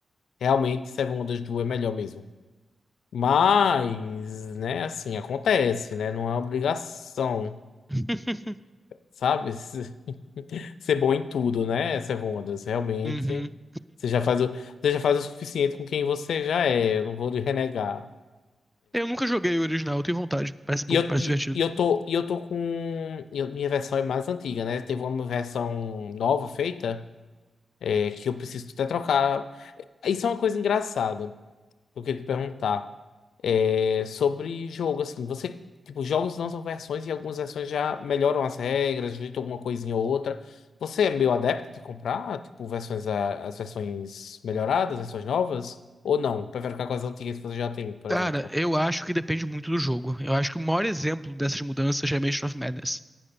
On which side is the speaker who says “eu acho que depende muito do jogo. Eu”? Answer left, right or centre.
Centre